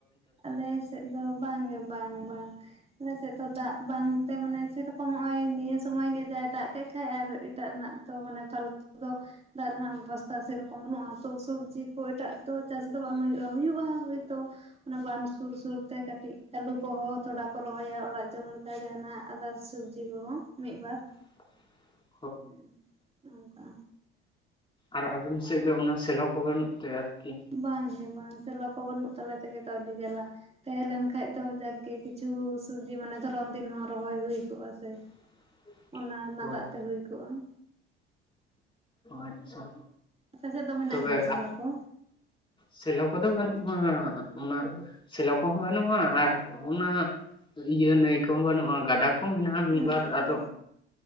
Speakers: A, on the right (about 20°); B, on the left (about 15°).
A: ᱟᱞᱮ ᱥᱮᱫ ᱫᱚ ᱵᱟᱝᱜᱮ ᱵᱟᱝ ᱵᱟᱝ᱾ ᱟᱞᱮ ᱥᱮᱫ ᱫᱚ ᱫᱟᱜ ᱵᱟᱝᱛᱮ ᱢᱟᱱᱮ ᱥᱮᱨᱚᱠᱚᱢ ᱦᱚᱸᱜᱼᱚᱭ ᱱᱤᱭᱟᱹ ᱥᱚᱢᱚᱭ ᱜᱮ ᱡᱟᱭ ᱫᱟᱜ ᱠᱮᱫ ᱠᱷᱟᱡ ᱟᱨ ᱮᱴᱟᱜ ᱨᱮᱱᱟᱜ ᱛᱚ ᱢᱟᱱᱮ ᱯᱷᱟᱞᱛᱩ ᱫᱚ ᱫᱟᱜ ᱨᱮᱱᱟᱜ ᱵᱮᱵᱚᱥᱛᱟ ᱥᱮ ᱨᱚᱠᱚᱢ ᱵᱟᱹᱱᱩᱜᱼᱟ ᱛᱚ ᱥᱚᱵᱽᱡᱤ ᱠᱚ ᱮᱴᱟᱜ ᱫᱚ ᱪᱟᱥ ᱫᱚ ᱵᱟᱝ ᱦᱩᱭᱩᱜᱼᱟ ᱦᱩᱭᱩᱜᱼᱟ ᱦᱚᱳᱭᱛᱳ ᱚᱱᱟ ᱵᱟᱱ ᱥᱩᱨ ᱥᱩᱨ ᱛᱮ ᱠᱟᱹᱴᱤᱡ ᱟᱹᱞᱩ ᱠᱚᱦᱚᱸ ᱛᱷᱚᱲᱟ ᱠᱚ ᱨᱚᱦᱚᱭᱟ ᱚᱲᱟᱜ ᱡᱚᱢ ᱞᱮᱠᱟ ᱡᱟᱦᱟᱸᱱᱟᱜ ᱟᱫᱟᱨ ᱥᱚᱵᱡᱤ ᱠᱚᱦᱚᱸ ᱢᱤᱫ ᱵᱟᱨ᱾
B: <inaudible>
A: ᱦᱩᱸ ᱚᱝᱠᱟ᱾
B: ᱟᱨ ᱟᱵᱤᱱ ᱥᱮᱫ ᱫᱚ ᱚᱱᱟ ᱥᱮᱞᱚ ᱠᱚ ᱵᱟᱹᱱᱩᱜ ᱛᱮ ᱟᱨᱠᱤ?
A: ᱵᱟᱝᱜᱮ ᱵᱟᱝ ᱥᱮᱞᱚ ᱠᱚ ᱵᱟᱹᱱᱩᱜ ᱛᱟᱞᱮ ᱛᱮᱜᱮ ᱛᱚ ᱟᱹᱰᱤ ᱡᱟᱞᱟ ᱾ ᱛᱟᱦᱮᱸ ᱞᱮᱱᱠᱷᱟᱡ ᱫᱚ ᱡᱟᱠᱜᱮ ᱠᱤᱪᱷᱩ ᱥᱚᱵᱽᱡᱤ ᱢᱟᱱᱮ ᱫᱷᱚᱨᱚᱱ ᱫᱤᱱ ᱦᱚᱸ ᱨᱚᱦᱚᱭ ᱦᱩᱭ ᱠᱚᱜᱼᱟ ᱥᱮ ᱾
B: <inaudible>
A: ᱚᱱᱟ ᱨᱮᱱᱟᱜ
B: ᱦᱳᱭ
A: ᱫᱟᱜ ᱛᱮ ᱦᱩᱭ ᱠᱚᱜᱼᱟ ᱾
B: ᱟᱪᱪᱷᱟ,
A: ᱟᱯᱮ ᱥᱮᱫ ᱫᱚ ᱢᱮᱱᱟᱜ
B: ᱛᱚᱵᱮ
A: ᱜᱮᱭᱟ ᱥᱮᱞᱚ ᱠᱚ
B: ᱥᱮᱞᱚ ᱠᱚᱫᱚ ᱵᱟᱹᱱᱩᱜᱼᱟ ᱚᱱᱟ ᱥᱮᱞᱚ ᱠᱚᱦᱚᱸ ᱵᱟᱹᱱᱩᱜᱼᱟ ᱟᱨ ᱚᱱᱟ ᱤᱭᱟᱹ ᱱᱟᱹᱭ ᱠᱚᱦᱚᱸ ᱵᱟᱹᱱᱩᱜᱼᱟ, ᱜᱟᱰᱟ ‌ᱠᱚ ᱢᱮᱱᱟᱜᱼᱟ ᱢᱤᱫ
A: ᱟᱪᱪᱷᱟ
B: ᱵᱟᱨ ᱟᱫᱚ